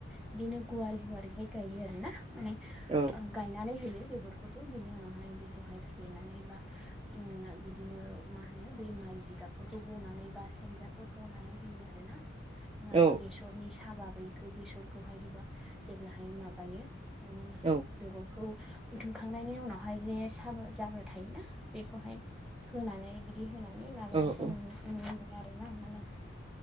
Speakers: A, in the centre; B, on the right.
A: बिदिनो गुवार गुवारैहाय गायो आरोना माने
B: औ
A: गायनानै होयो बेगर फोरखौ बिनि उनावहाय बेखौहाय फेदेरनानै बा उम बिदिनो मा होनो बै माइ जिगाब फोरखौ बनानै बा सेनजाफोर बनानै होयो आरो ना नोङाबा
B: औ
A: बेसरनि साहाबा बैखौ बेसर खौहाय जे जेब्लाहाय माबायो उम
B: औ
A: बेगरखौ बुथुमखांनायनि उनावहाय जे साब जाब्रा थायोना बेखौहाय होनानै बिदि होनानै माबानायखौ
B: औ औ
A: नु नुनो मोनो आरो ना माने